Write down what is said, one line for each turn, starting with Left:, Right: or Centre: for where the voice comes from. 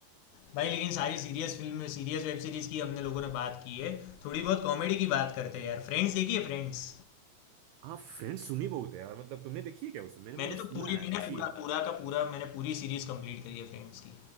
Left: भाई लेकिन सारी serious film serious web series की हमने लोगों ने बात की है थोड़ी बहुत कॉमेडी की बात करते हैं यार फ्रेंड्स देखिए फ्रेंड्स
Right: हाँ फ्रेंड्स सुनी बहुत है यार मतलब तुमने देखी है क्या उसे मैंने
Left: मैंने
Right: मैंने
Left: तो
Right: सुना
Left: पूरी
Right: है
Left: मैंने
Right: अच्छी
Left: पूरा
Right: है
Left: पूरा का पूरा मैंने पूरी सीरीज कंप्लीट करी है फ्रेंड्स की